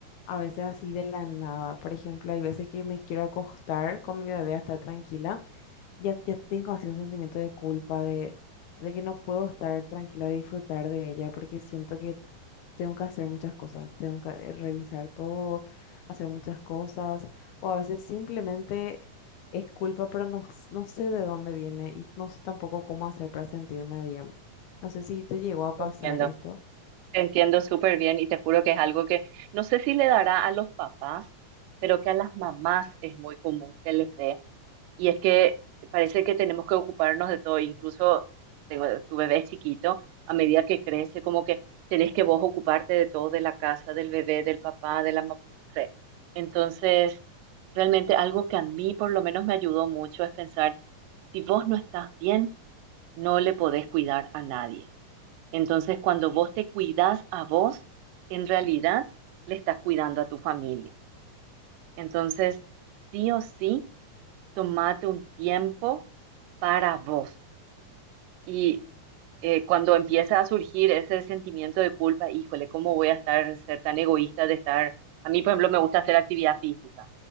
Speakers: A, on the left (about 75°); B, on the right (about 90°).
A: a veces así de la nada. Por ejemplo, hay veces que me quiero acostar con mi bebé a estar tranquila, ya, ya tengo así un sentimiento de culpa, de, de que no puedo estar tranquila, disfrutar de ella porque siento que tengo que hacer muchas cosas, tengo que eh, revisar todo, hacer muchas cosas, o a veces simplemente es culpa, pero no, s- no sé de dónde viene y no sé tampoco cómo hacer para sentirme bien. No sé si te llegó a pasar
B: Te Entiendo,
A: esto.
B: te entiendo súper bien y te juro que es algo que no sé si le dará a los papás, pero que a las mamás es muy común que les dé. Y es que parece que tenemos que ocuparnos de todo, incluso tengo, tu bebé es chiquito, a medida que crece, como que tenés que vos ocuparte de todo, de la casa, del bebé, del papá, de la mamá. no sé. Entonces, realmente algo que a mí por lo menos me ayudó mucho es pensar, si vos no estás bien, no le podés cuidar a nadie. Entonces, cuando vos te cuidás a vos, en realidad le estás cuidando a tu familia. Entonces, sí o sí, tomate un tiempo para vos. Y eh, cuando empieza a surgir ese sentimiento de culpa, híjole, ¿cómo voy a estar, ser tan egoísta de estar? A mí, por ejemplo, me gusta hacer actividad física.